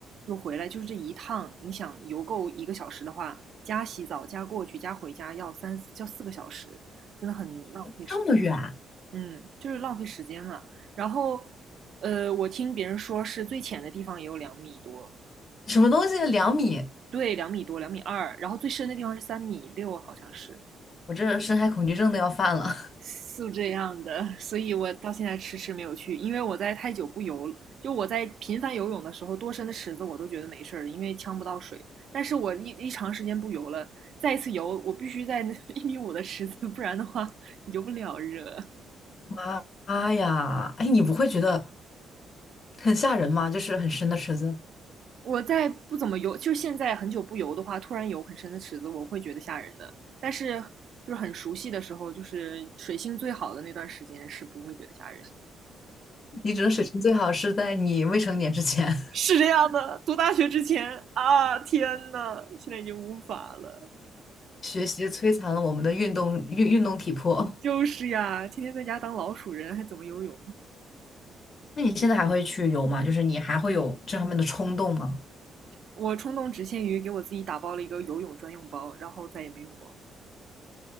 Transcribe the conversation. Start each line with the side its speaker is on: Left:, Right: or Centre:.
Right: 又回来，就是这一趟，你想游够一个小时的话，加洗澡、加过去、加回家要三要四个小时，真的很浪费时间。
Left: 这么远，
Right: 嗯，就是浪费时间嘛。然后，呃，我听别人说是最浅的地方也有两米多，
Left: 什么东西？两米？
Right: 对，两米多，两米二，然后最深的地方是三米六，好像是。
Left: 我这深海恐惧症都要犯了。
Right: 是这样的，<laughs> 所以我到现在迟迟没有去，因为我在太久不游，就我在频繁游泳的时候，多深的池子我都觉得没事儿因为呛不到水。但是我一一长时间不游了，再一次游，我必须在 <laughs> 一米五的池子，不然的话游不了热。
Left: <laughs> 妈妈呀，哎，你不会觉得很吓人吗？就是很深的池子，
Right: 我再不怎么游，就是现在很久不游的话，突然游很深的池子，我会觉得吓人的。但是就是很熟悉的时候，就是水性最好的那段时间，是不会觉得吓人的。
Left: 你只能水性最好是在你未成年之前。
Right: 是这样的，读大学之前啊，天呐，现在已经无法了。
Left: 学习摧残了我们的运动运运动体魄。
Right: 就是呀，天天在家当老鼠人，还怎么游泳？
Left: <laughs> 那你现在还会去游吗？就是你还会有这方面的冲动吗？
Right: 我冲动只限于给我自己打包了一个游泳专用包，然后再也没用过。